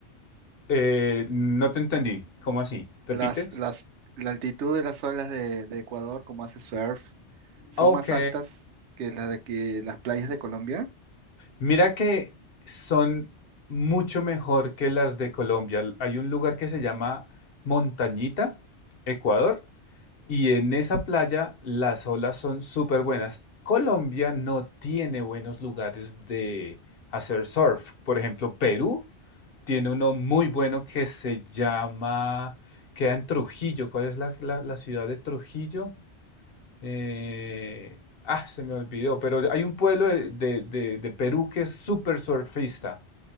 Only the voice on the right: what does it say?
Las, las, la altitud de las olas de, de Ecuador, como hace surf, son
más altas que las de que las playas de Colombia.